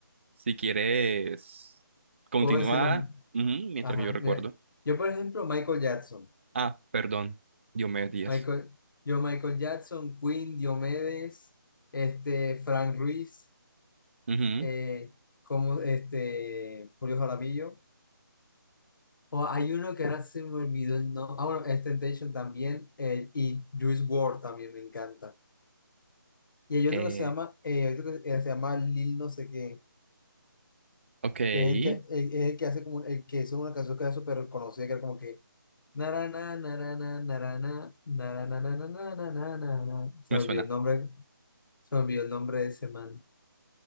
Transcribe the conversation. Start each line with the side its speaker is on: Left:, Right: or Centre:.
Right: Si quieres, continúa
Left: Puedo decirlo,
Right: ujú, mientras
Left: ajá,
Right: que yo recuerdo.
Left: mira, yo por ejemplo, Michael Jackson,
Right: Ah, perdón. Diomedes Díaz.
Left: Michael, yo Michael Jackson, Queen, Diomedes, este, Frank Ruiz,
Right: Ujú.
Left: eh, como, este, Julio Jaramillo, o hay uno que ahora se me olvidó el nombre, ah, bueno, Ex Temptation también, eh, y Juice WRLD también me encanta. Y hay
Right: Eh,
Left: otro que se llama, eh, hay otro que se eh, se llama Lil no sé qué,
Right: ok,
Left: que es el que, el, es el que hace como, un- el que hizo una canción que era súper reconocida, que era como que, narana, narana, narana, narana, narana, narana, narana. Se
Right: me
Left: me
Right: suena.
Left: olvidó el nombre, se me olvidó el nombre de ese man.